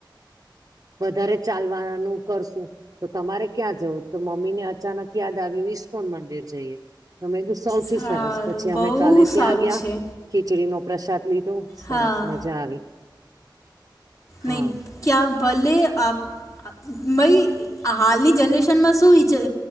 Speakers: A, on the right; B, on the left.
A: વધારે ચાલવાનું કરશું તો તમારે ક્યાં જવું? તો મમ્મી ને અચાનક યાદ આવ્યું ઈસ્કોન મંદિર જઈએ. તો મે કીધુ સૌથી
B: સારું
A: સરસ પછી
B: બહુ
A: અમે કાલે ત્યાં
B: સારું
A: ગયા
B: છે
A: ખીચડીનો પ્રસાદ લીધો સરસ
B: હા
A: મજા આવી હા
B: નહીં ક્યા ભલે આપ ભાઈ આ હાલની જનરેશનમાં શું વિચાર